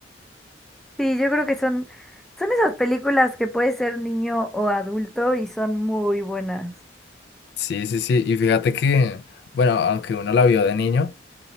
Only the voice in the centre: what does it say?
Sí, yo creo que son, son esas películas que puede ser niño o adulto y son muy buenas.